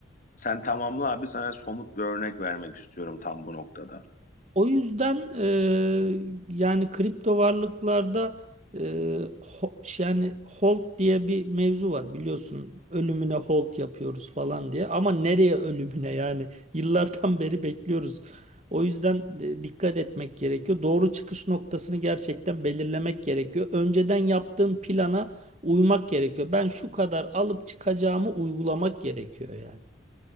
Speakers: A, on the left (about 40°); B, on the right (about 35°).
A: Sen tamamla abi sana somut bir örnek vermek istiyorum tam bu noktada.
B: O yüzden e, yani kripto varlıklarda e, ho- yani hold diye bir mevzu var biliyorsun. Ölümüne hold yapıyoruz falan diye. Ama nereye ölümüne yani yıllardan beri bekliyoruz. O yüzden e, dikkat etmek gerekiyor. Doğru çıkış noktasını gerçekten belirlemek gerekiyor. Önceden yaptığım plana uymak gerekiyor. Ben şu kadar alıp çıkacağımı uygulamak gerekiyor yani.